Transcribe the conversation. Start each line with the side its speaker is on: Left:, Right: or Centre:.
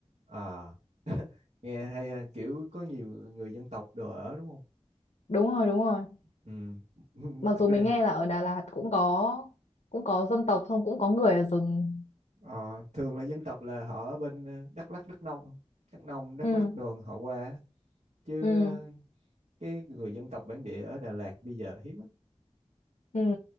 Right: à nghe hay ha, kiểu có nhiều người dân tộc đồ ở đúng không
Left: đúng rồi đúng rồi
Right: ừ <laughs>
Left: mặc
Right: thực
Left: dù
Right: ra
Left: mình nghe là ở Đà Lạt cũng có cũng có dân tộc không cũng có người ở rừng
Right: Ờ, thường là dân tộc là họ ở bên ờ, Đắk Lắk, Đắk Nông, Đắk Nông, Đắk
Left: ừ
Right: Lắk đường họ qua chứ
Left: ừ
Right: ờ, cái người dân tộc bản địa ở Đà Lạt bây giờ hiếm lắm.
Left: ừ